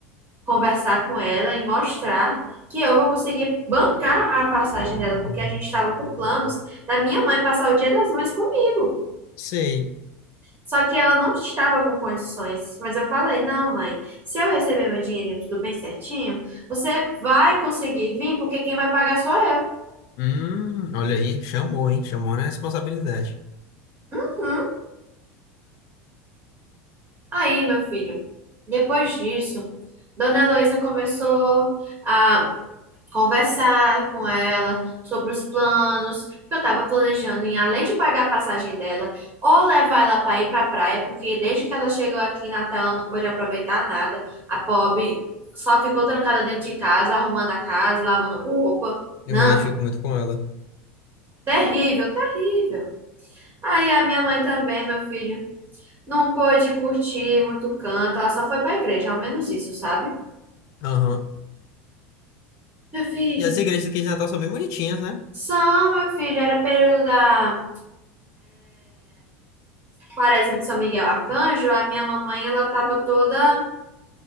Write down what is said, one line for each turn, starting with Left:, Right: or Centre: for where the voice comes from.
Right: conversar com ela e mostrar que eu vou conseguir bancar a passagem dela, porque a gente estava com planos da minha mãe passar o Dia das Mães comigo.
Left: Sei.
Right: Só que ela não estava com condições, mas eu falei: não, mãe, se eu receber meu dinheirinho tudo bem certinho, você vai conseguir vir, porque quem vai pagar sou eu.
Left: Hum, olha aí, chamou, hein? Chamou na responsabilidade.
Right: Uhum. Aí, meu filho, depois disso, Dona Heloísa começou a conversar com ela sobre os planos, porque eu estava planejando em, além de pagar a passagem dela, ou levar ela para ir para a praia, porque desde que ela chegou aqui em Natal, ela não pôde aproveitar nada. A pobre só ficou trancada dentro de casa, arrumando a casa, lavando roupa.
Left: Eu
Right: Não,
Left: me identifico muito com ela.
Right: terrível, terrível. Aí a minha mãe também, meu filho, não pôde curtir muito canto, ela só foi para a igreja, ao menos isso, sabe?
Left: Aham.
Right: Meu filho,
Left: E as igrejas aqui de Natal são bem bonitinhas, né?
Right: só, meu filho, era período da Quaresma de São Miguel Arcanjo, a minha mamãe, ela tava toda,